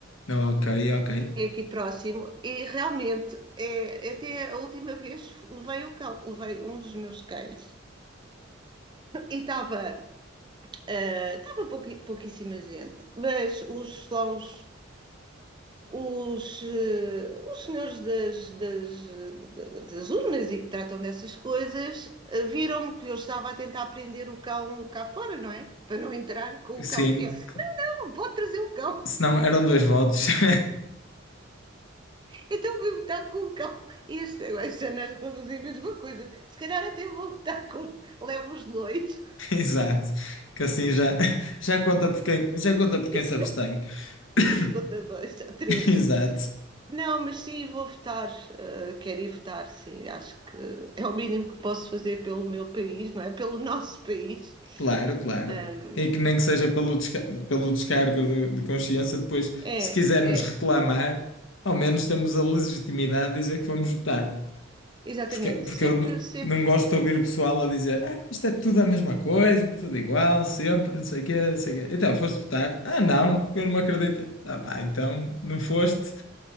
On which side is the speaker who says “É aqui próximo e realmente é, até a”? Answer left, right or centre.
Right